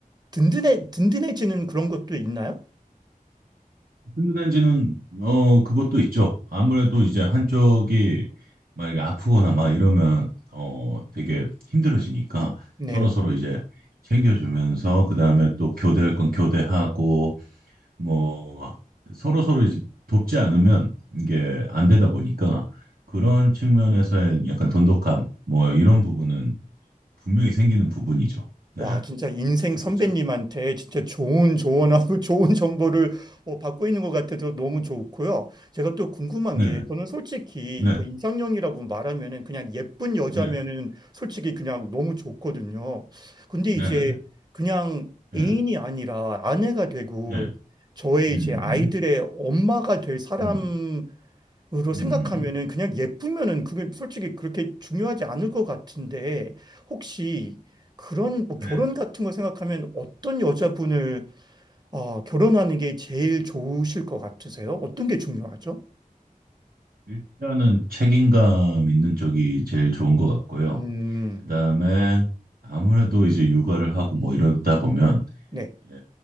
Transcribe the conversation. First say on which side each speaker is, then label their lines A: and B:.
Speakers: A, on the right (about 30°); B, on the right (about 85°).
A: 든든해 든든해지는 그런 것도 있나요?
B: 든든한지는, 어, 그것도 있죠. 아무래도 이제 한쪽이 만약에 아프거나 막 이러면, 어, 되게 힘들어지니까
A: 네.
B: 서로서로 이제 챙겨주면서, 그 다음에 또 교대할 건 교대하고, 뭐, 서로서로 이제 돕지 않으면 이게 안 되다 보니까 그런 측면에서의 약간 돈독함, 뭐, 이런 부분은 분명히 생기는 부분이죠. 네.
A: 와, 진짜 인생 선배님한테
B: 그렇죠.
A: 진짜 좋은 조언하고 <laughs> 좋은 정보를 어, 받고 있는 것 같아서 너무 좋고요. 제가 또 궁금한
B: 네.
A: 게 저는 솔직히
B: 네.
A: 뭐 이상형이라고 말하면은 그냥 예쁜 여자면은
B: 네,
A: 솔직히 그냥 너무 좋거든요. 근데
B: 네네네.
A: 이제 그냥
B: 네,
A: 애인이 아니라 아내가 되고
B: 네,
A: 저의
B: 음,
A: 이제 아이들의
B: 음,
A: 엄마가 될 사람이
B: 음,
A: 으로
B: 음,
A: 생각하면은 그냥 예쁘면은 그게 솔직히 그렇게 중요하지 않을 것 같은데 혹시 그런 뭐 결혼
B: 네.
A: 같은 거 생각하면 어떤 여자분을 어, 결혼하는 게 제일 좋으실 것 같으세요? 어떤 게 중요하죠?
B: 일단은 책임감 있는 쪽이 제일 좋은 것 같고요.
A: 음,
B: 그 다음에 아무래도 이제 육아를 하고 뭐 이러다 보면
A: 네.
B: 예,